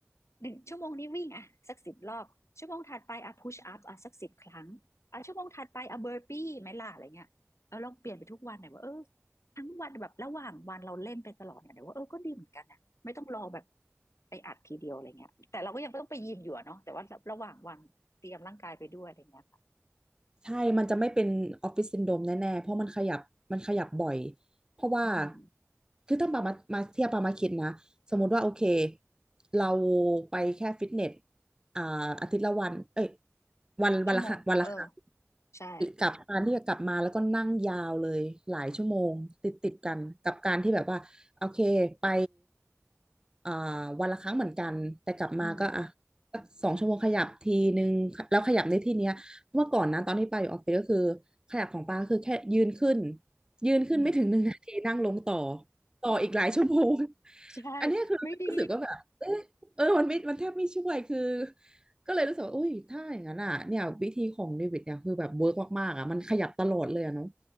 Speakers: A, on the left; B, on the right.
A: หนึ่งชั่วโมงนี้วิ่งอ่ะสักสิบรอบชั่วโมงถัดไปอ่ะพุชอัพอ่ะสักสิบครั้งอ่ะชั่วโมงถัดไปอ่ะเบอร์ปี้ไหมล่ะอะไรเงี้ยเออลองเปลี่ยนไปทุกวันหน่อยว่าเออทั้งวันแบบระหว่างวันเราเล่นไปตลอดเนี่ยเดี๋ยวว่าเออก็ดีเหมือนกันนะไม่ต้องรอแบบไปอัดทีเดียวอะไรเงี้ยแต่เราก็ยังไม่ต้องไปยิมอยู่อะเนาะแต่ว่าระหว่างวันเตรียมร่างกายไปด้วยอะไรเงี้ยค่ะ
B: ใช่ มันจะไม่เป็นออฟฟิศซินโดรมแน่ๆ เพราะมันขยับ มันขยับบ่อย เพราะว่า
A: อืม
B: คือถ้าปามามาเทียบปามาคิดนะ สมมุติว่าโอเค เราไปแค่ฟิตเนสอ่าอาทิตย์ละวันเอ้ยวันวันละครั้งวันละครั้ง
A: ชั่วโมงเออใช่
B: กับการที่จะกลับมาแล้วก็นั่งยาวเลยหลายชั่วโมงติดติดกัน กับการที่แบบว่า โอเค ไปอ่าวันละครั้งเหมือนกัน แต่กลับมาก็อ่ะ
A: อืม
B: สักสองชั่วโมงขยับทีนึงแล้วขยับในที่เนี้ย เมื่อก่อนนะตอนที่ปาอยู่ออฟฟิศก็คือขยับของปาคือแค่ยืนขึ้นยืนขึ้นไม่ถึงหนึ่งนาทีนั่งลงต่อ
A: อืม
B: ต่ออีกหลายชั่วโมง <laughs>
A: ใช่
B: อันเนี้ยคือรู้สึกว่าแบบเอะเออมันไม่มันแทบไม่ช่วยคือ
A: ไม่ดี
B: ก็เลยรู้สึกว่าอุ้ยถ้าอย่างนั้นอ่ะเนี่ยวิธีของเดวิดเนี่ยคือแบบเวิร์กมากๆอ่ะมันขยับตลอดเลยอะเนาะ